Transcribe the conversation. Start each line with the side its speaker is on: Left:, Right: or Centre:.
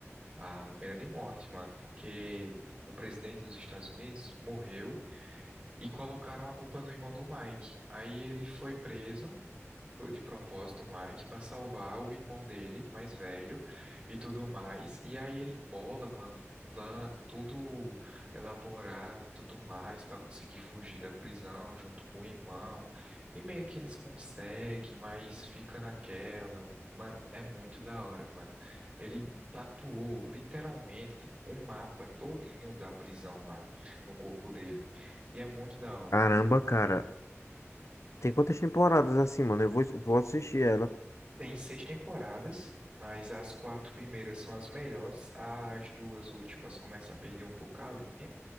Right: à pena de morte, mano, porque o presidente dos Estados Unidos morreu e colocaram a culpa no irmão do Mike. Aí ele foi preso de propósito o Mike para salvar o irmão dele, mais velho, e tudo mais. E aí ele bola, mano, um plano tudo elaborado e tudo mais para conseguir fugir da prisão junto com o irmão. E meio que eles conseguem, mas fica naquela. Mano, é muito da hora, mano. Ele tatuou literalmente o mapa todinho da prisão lá no corpo dele. E é muito da hora.
Left: Caramba, cara, tem quantas temporadas assim, mano? Eu vou, vou assistir ela.
Right: Tem seis temporadas, mas as quatro primeiras são as melhores. As duas últimas começam a perder um pouco a linha,